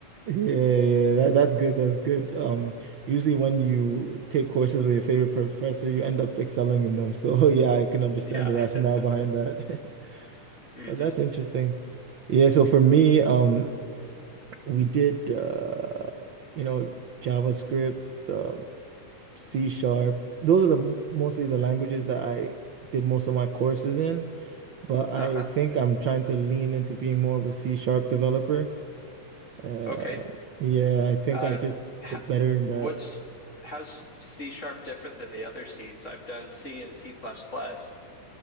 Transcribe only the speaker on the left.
Yeah.
<laughs>
hmm
Uh-huh.
Okay.
Uh,
h-
what's how's C sharp different than the other C's? I've done C and C plus plus.